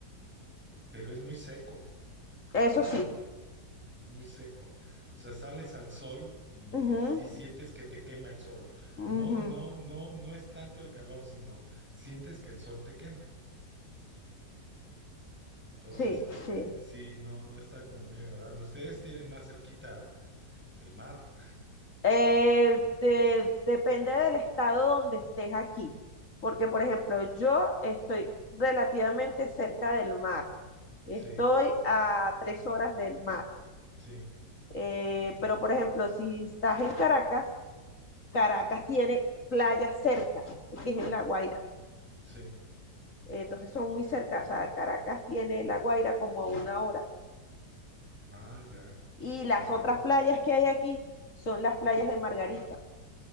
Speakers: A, in the centre; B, on the left (about 45°).
A: pero es muy seco,
B: Eso sí.
A: es muy seco. O sea, sales al sol y
B: ujú,
A: sí sientes que te quema el sol.
B: ujú,
A: No, no, no, no es tanto el calor, sino sientes que el sol te quema. Entonces,
B: Sí,
A: este,
B: sí.
A: sí, no, no está como muy agradable. Ustedes tienen más cerquita el mar.
B: Eh, de- depende del estado donde estés aquí. Porque, por ejemplo, yo estoy relativamente cerca del mar. Estoy
A: Sí,
B: a tres horas del mar.
A: sí,
B: Eh, pero, por ejemplo, si estás en Caracas, Caracas tiene playa cerca, que es en La Guaira.
A: sí.
B: Entonces son muy cerca, o sea, Caracas tiene La Guaira como a una hora.
A: Ah, ya.
B: Y
A: Ya,
B: las
A: ya.
B: otras playas que hay aquí son las playas de Margarita,